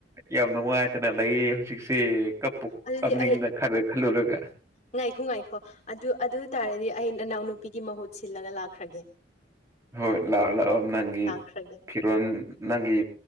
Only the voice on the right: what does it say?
ꯌꯥꯝ ꯅꯨꯡꯉꯥꯏꯇꯅ ꯂꯩꯌꯦ ꯍꯧꯖꯤꯛꯁꯦ ꯀꯞꯄꯨ
ꯀꯞꯅꯤꯡꯉꯤꯗ
ꯈꯜꯂꯨ ꯈꯜꯂꯨꯔꯒ
ꯍꯣꯏ ꯂꯥꯛꯑꯣ ꯂꯥꯛꯑꯣ ꯅꯪꯒꯤ
ꯐꯤꯔꯣꯜ ꯅꯪꯒꯤ